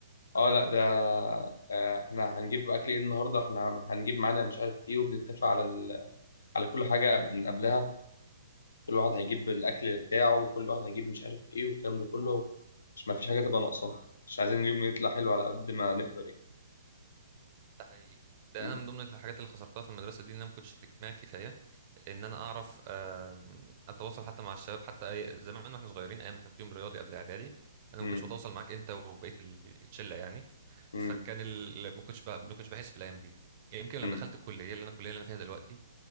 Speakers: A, on the left; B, on the right.
A: اه لا ده آه، احنا هنجيب اكل ايه النهارده احنا هنجيب معانا مش عارف ايه وبنتفق على ال... على كل حاجه من قبلها كل واحد هيجيب الاكل بتاعه وكل واحد هيجيب مش عارف ايه والكلام ده كله مش ما فيش حاجه تبقى ناقصه مش عايزين اليوم يطلع حلو على قد ما نقدر يعني
B: ده حقيقي ده
A: م-
B: انا من ضمن الحاجات اللي خسرتها في المدرسه دي ان انا ما كنتش اجتماعي كفايه ان انا اعرف آم، اتواصل حتى مع الشباب حتى أي... زمان واحنا صغيرين ايام ما كان فيهم رياضي قبل اعدادي انا
A: م-
B: ما كنتش بتواصل معاك انت وبقيه ال- الشله يعني
A: م-
B: فكان ال... ما كنتش ب... ما كنتش بحس بالايام دي يمكن
A: م-
B: لما دخلت الكليه اللي انا الكليه اللي انا فيها دلوقتي